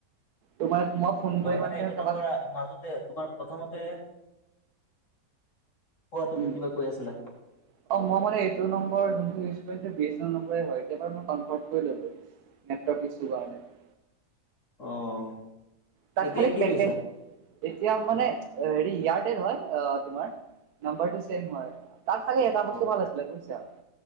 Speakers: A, on the right; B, on the left.
A: তোমাৰ মই
B: মই
A: কৰি
B: মানে এইটো
A: কাৰোবাক
B: নম্বৰ মাজতে তোমাৰ প্ৰথমতে, কোৱা তুমি
A: উম,
B: কিবা কৈ আছিলা।
A: <inaudible> অ', মই মানে এইটো নম্বৰ যোনটো ইউজ কৰিছে বি এছ এনল নম্বৰ য়েহৈ কেবাৰ মই কনফাৰ্ম কৰি ললো। <unintelligible>
B: অ'।
A: তাত
B: এতিয়া
A: খালি
B: কি
A: পেপে
B: লৈছা?
A: এতিয়া মানে হেৰি এয়াৰটেল হয় তোমাৰ নাম্বাৰটো ছেম হৈ। তাক খালি এটা বস্তু
B: অ
A: ভাল আছিলে বুজিছা।